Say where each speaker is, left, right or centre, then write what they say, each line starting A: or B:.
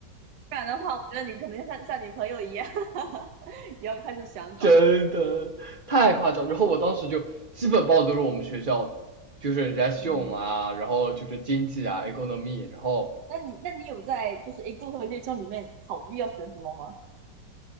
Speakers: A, on the right; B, on the right.
A: 不然的话，我觉得你可能像像你朋友一样，<laughs> 也要开始想转。
B: 真的太夸张。然后我当时就基本报的都是我们学校的，就是 r e s
A: 嗯，
B: u m e 啊，然后就是经济啊，economy，然后
A: 那你那你有在就是 A 共和月中里面考虑要选什么吗？